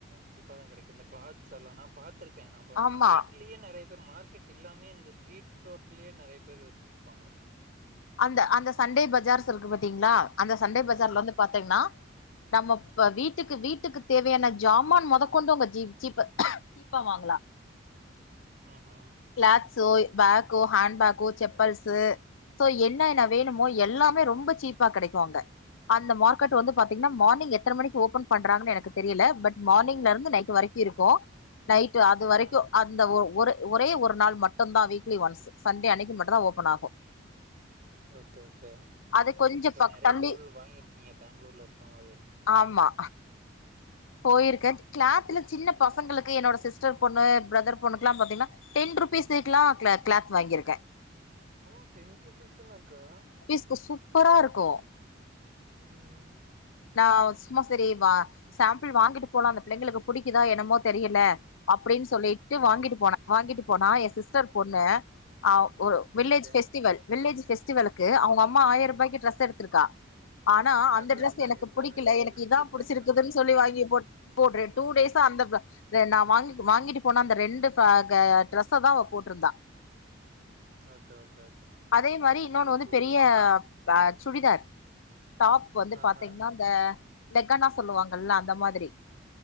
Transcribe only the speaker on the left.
ஆமா
அந்த அந்த சண்டே பஜார்ஸ் இருக்கு பாத்தீங்களா அந்த சண்டே பஜார்ல
வந்து பாத்தீங்கன்னா நம்ம வீட்டுக்கு வீட்டுக்கு தேவயான ஜாமான் மொத கொண்டு உங்க ஜீ ஜீப்பு சீப்பா வாங்களா
கிளாத்ஸோ பேக்கோ ஹாண் பேக்கு செப்பல்ஸ்சு என்ன என்ன வேணுமோ எல்லாமே ரொம்ப சீப்பா கெடைக்கு அங்க அந்த மார்க்கெட் வந்து பாத்திங்கன்னா மார்னிங் எத்தன மணிக்கு ஓப்பன் பண்றாங்கன் எனக்கு தெரியல பட் மார்னிங்ல இருந் து நைட் வரைக்கு இருக்கு நைட் அது
வரைக்கு அது அந்த ஒ ஒரே ஒரு நாள் மட்டும்தா வீக்லி ஒன்ஸ் சண்டே அன்னைக்கு மட்டும்தா ஓப்பன் ஆகு
அது கொஞ்ச பக்
தள்ளி
ஆமா போயிருக்கே கிளாத்துல சின்ன பசங்களுக்கு என்னோட சிஸ்டர் பொண்ணு பிரதர் பொண்ணுக்குல்லா பாத்தீங்கன்னா டென் ருபீஸ் <unintelligible> கிளா கிளாத் வாங்கிருக்கே
<unintelligible> சூ ப்பரா இருக்கு
நா சும்மா செரி வா சேம்பிள் வாங்கிட்டு போலா அந்த பிள்ளைங்களுக்கு புடிக்குதா என்னமோ தெரியல அப்டின்னு சொல்லிட்டு
வாங்கிட்டு போனே வாங்கிட்டு போனா ஏ சிஸ்டர் பொண்ணு ஒரு வில்லேஜ்
ஃபெஸ்ட்டிவல் வில்லேஜ் ஃபெஸ்டிவலுக்கு அவங்கம்மா ஆயரூபாய்க்கு டிரெஸ் எடுத்ருக்கா ஆனா அந்த
ட்ரெஸ்
எனக்கு
புடிக்கல
எனக்கு
இதா
புடிச்சிருக்குதுன்னு சொல்லி வாங்கி போட் போட்றே டூ டேஸா அந்த த நா வாங்கி வாங்கிட்டு போன அந்த ரெண்டு ப க ட்ரெஸ்ஸ தா அவ போட்ருந்தா
அதே மாரி இன்னொன்னு வந்து
பெரிய
ப சுடிதார் டாப் வந்து
பாத்தீங்கனா இந்த லெக்கானா சொல்லுவாங்கல்ல அந்த மாதிரி